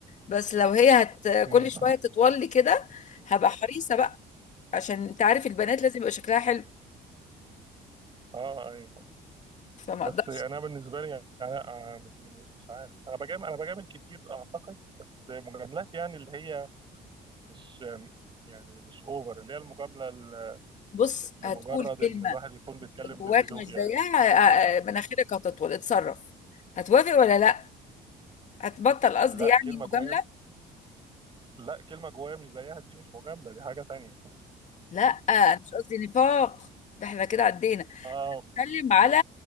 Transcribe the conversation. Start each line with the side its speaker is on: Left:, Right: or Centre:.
Left: بس لو هي هت
Right: مم.
Left: كل شويه تطول لي كده هبقى حريصه بقى عشان انت عارف البنات لازم يبقى شكلها حلو
Right: اه ايوه
Left: فما
Right: بس
Left: اقدرش
Right: يعني انا بالنسبه لي يعني يعني أنا آه، مش عارف انا بجامل انا بجامل كتير اعتقد بس مجاملات يعني اللي هي مش يعني مش اوفر اللي هي المجامله ال-
Left: بص
Right: لمجرد
Left: هتقول كلمة
Right: ان الواحد يكون بيتكلم
Left: جواك
Right: بذوق
Left: مش زيها
Right: يعني
Left: آه، آه، مناخيرك هتطول اتصرف هتوافق ولا لا هتبطل قصدي
Right: لا
Left: يعني
Right: كلمه جوايا
Left: مجاملة
Right: لا كلمه جوايا مش زيها دي مش مجامله دي حاجه تانية
Left: لا انا مش قصدي نفاق ده احنا كده عدينا
Right: اه
Left: اتكلم على